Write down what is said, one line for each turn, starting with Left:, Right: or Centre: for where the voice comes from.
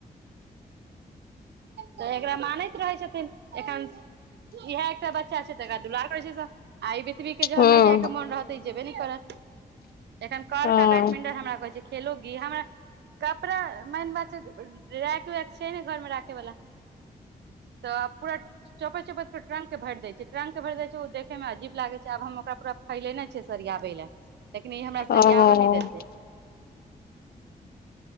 Right: त एकरा मानैत रहै छथिन एखन ईहे एकटा बच्चा छै त एकरा दुलारै करै छै सब आइ बी स्त्री के जखन
Left: हँ
Right: नै जाइ के मोन रहत ई जेबे नहि करत। एखन कार्क
Left: हँ
Right: आ बैडमिंटन हमरा कहै छै खेलोगी, हमरा कपड़ा मेन बात छै रैक वैक छै ने घर में राखे वाला त पूरा चौपैत चौपैत के ट्रंक के भरि देय छै ट्रंक के भर देय छै ओ देखे में अजीब लागे छै आब हम ओकरा पूरा फैलेने छै सरयाबै ले। लेकिन ई हमरा
Left: ओ
Right: सरियाब नै देतै।